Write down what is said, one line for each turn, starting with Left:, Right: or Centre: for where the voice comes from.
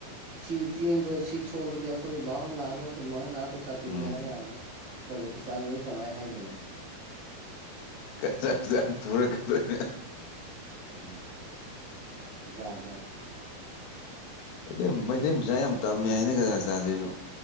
Right: ꯁꯤ ꯆꯦꯡꯗꯣ ꯁꯤ ꯁꯣꯜꯂꯒꯦ ꯑꯩꯈꯣꯏ ꯕꯥꯍꯣꯏ ꯂꯥꯛꯑꯒ ꯑꯩꯈꯣꯏ ꯃꯥꯍꯣꯏ ꯂꯥꯛꯑ ꯄꯩꯁꯥ ꯄꯤꯔꯒꯦ
Left: ꯎꯝ
Right: ꯍꯥꯏ ꯌꯥꯕ ꯀꯖꯥꯀꯤꯁꯇꯥꯟꯗꯩ ꯀꯃꯥꯏ ꯍꯥꯏꯗꯣꯏꯅꯣ
Left: ꯀꯅꯥ ꯆꯅ ꯄꯨꯔꯛ ꯀꯇꯕ
Right: ꯎ ꯌꯥꯥꯖꯥ
Left: ꯑ ꯃꯩꯇꯩ ꯃꯆꯥꯥ ꯌꯥꯝ ꯇꯝꯃꯦ ꯍꯥꯏꯅ ꯀꯖ ꯍ ꯆꯥꯟꯁꯤꯁꯨ